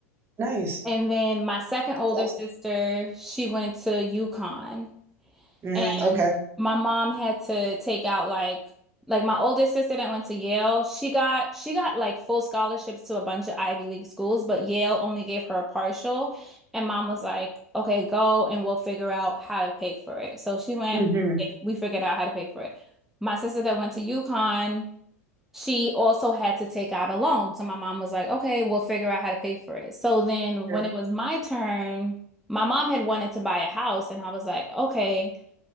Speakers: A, on the right; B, in the centre.
A: nice
B: And then my second older
A: awesome.
B: sister, she went to UConn.
A: mm,
B: And
A: okay
B: my mom had to take out like like my oldest sister that went to Yale, she got she got like full scholarships to a bunch of Ivy League schools, but Yale only gave her a partial. And mom was like, "Okay, go and we'll figure out how to pay for it." So she went,
A: hmm
B: we figured out how to pay for it. My sister that went to UConn, she also had to take out a loan. So my mom was like, "Okay, we'll figure out how to pay for it." So then when
A: yeah.
B: it was my turn, my mom had wanted to buy a house and I was like, "Okay,